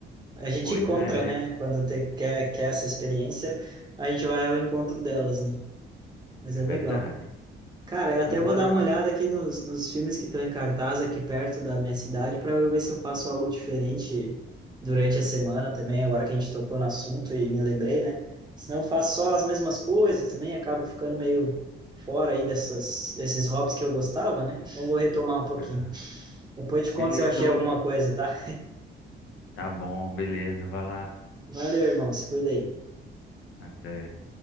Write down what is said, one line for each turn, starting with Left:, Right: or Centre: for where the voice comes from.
Right: A gente
Left: Pois
Right: encontra,
Left: é,
Right: né? Quando te- quer, quer essa experiência, a gente vai ao encontro delas, né? Mas
Left: é
Right: é legal.
Left: verdade.
Right: Cara, eu até
Left: Mas
Right: vou
Left: olha,
Right: dar uma olhada aqui nos, nos filmes que estão em cartaz aqui perto da minha cidade para eu ver se eu faço algo diferente durante a semana também, agora que a gente tocou no assunto e me lembrei, né? Senão eu faço só as mesmas coisas também, acabo ficando meio fora aí dessas, desses hobbies que eu gostava, né? Então eu vou retomar um pouquinho.
Left: ah,
Right: Depois te
Left: beleza,
Right: conto se eu achei alguma
Left: ô-
Right: coisa, tá?
Left: tá bom, beleza, vai lá.
Right: Valeu, irmão. Se cuida aí.
Left: Até.